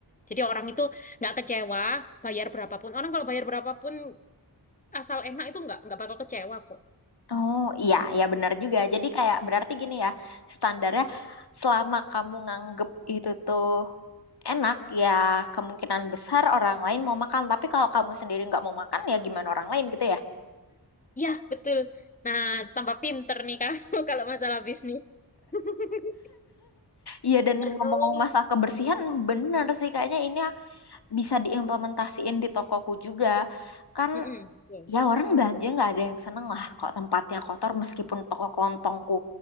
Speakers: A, on the left (about 20°); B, on the left (about 70°).
A: Jadi orang itu nggak kecewa bayar berapapun. Orang kalau bayar berapapun asal enak itu nggak nggak bakal kecewa kok.
B: Oh iya, ya benar juga. Jadi kayak berarti gini ya, standarnya selama kamu nganggep itu tuh enak, ya kemungkinan besar orang lain mau makan. Tapi kalau kamu sendiri nggak mau makan, ya gimana orang lain gitu ya.
A: ya betul. Nah, tambah pinter nih kamu <laughs> kalau masalah bisnis. <laughs>
B: Iya, dan
A: Terus,
B: ngomong-ngomong masalah kebersihan, benar sih kayaknya ini bisa diimplementasiin di tokoku juga. Kan
A: Mm-mm. Iya.
B: Ya orang belanja nggak ada yang seneng lah kok tempatnya kotor meskipun toko kelontongku